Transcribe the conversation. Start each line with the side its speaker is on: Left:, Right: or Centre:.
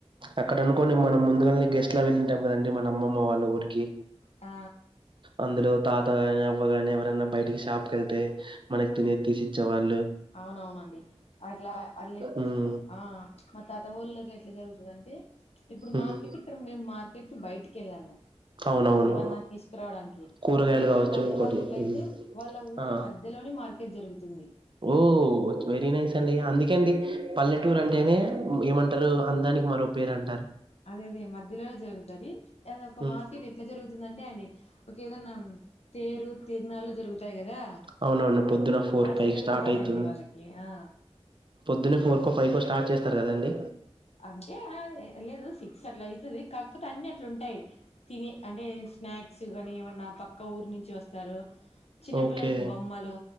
Right: అక్కడ అనుకోని మనం ముందుగానే గెస్ట్లా వెళ్ళుంటాం గదండి మన అమ్మమ్మ వాళ్ళ ఊరికి
Left: ఆ
Right: అందులో తాత గాని అవ్వగాని ఎవరైనా బయటికి షాప్కి కెళ్తే మనకి తినేద్ తీసి ఇచ్చేవాళ్ళు
Left: అవునవునండి అట్లా అట్ల్
Right: ఉమ్
Left: ఆ మాతాత వోళ్ళు ఎట్లా జరుగుతదంటే ఇప్పుడు
Right: ఉమ్
Left: మార్కెట్ ఇక్కడ మేము మార్కెట్కి బయటికెళ్ళాలా
Right: అవునవును
Left: ఏవన్నా తీసుకురావడానికి
Right: కూరగాయలు
Left: అదే
Right: కావచ్చు
Left: మా తాతవాళ్ళు
Right: ఇంకోటి
Left: ఊర్ళ అయితే
Right: ఉమ్
Left: వాళ్ళ ఊరి
Right: ఆ
Left: మధ్యలోని మార్కెట్ జరుగుతుంది
Right: ఓ వెరీ నైస్ అండి అందుకే అండి పల్లెటూర్ అంటేనే ఏమంటారు అందానికి మరో పేరు అంటారు
Left: అదే అదే మధ్యలోనే జరుగుతది అది ఒక
Right: హ్మ్
Left: మార్కెట్ ఎట్లా జరుగుతుందంటే అది ఒకే ఏదన్నా తేరు తిరునాలు జరుగుతు ఉంటాయి గదా
Right: అవునవును పొద్దున ఫోర్
Left: అట్లా
Right: ఫైవ్
Left: జరుగుతాదండి
Right: స్టార్ట్ అయితుంది
Left: వాళ్ళకి ఆ
Right: పొద్దున్నే ఫోర్ కో ఫైవ్ కో స్టార్ట్ చేస్తారు కదండి
Left: అంటే ఆ లేదు సిక్స్ అట్లా అయితది కాకపోతే అన్ని అట్ల ఉంటాయి తిని అంటే స్నాక్స్ గానీ ఏమన్నా పక్క ఊరు నుంచి వస్తారు చిన్న
Right: ఓకే
Left: పిల్లలకి బొమ్మలు